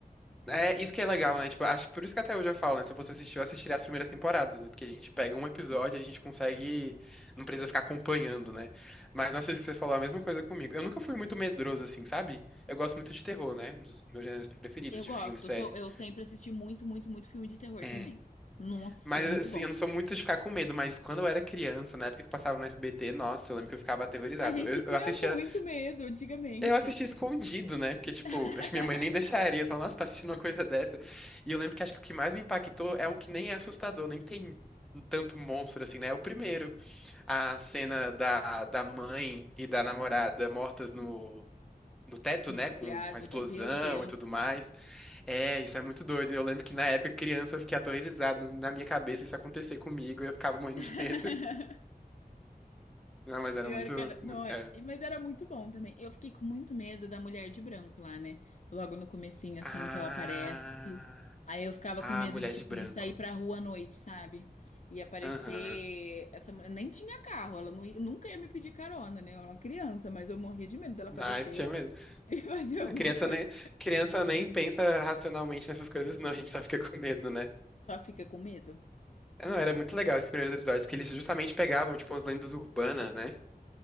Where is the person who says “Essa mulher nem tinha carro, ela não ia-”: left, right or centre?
Left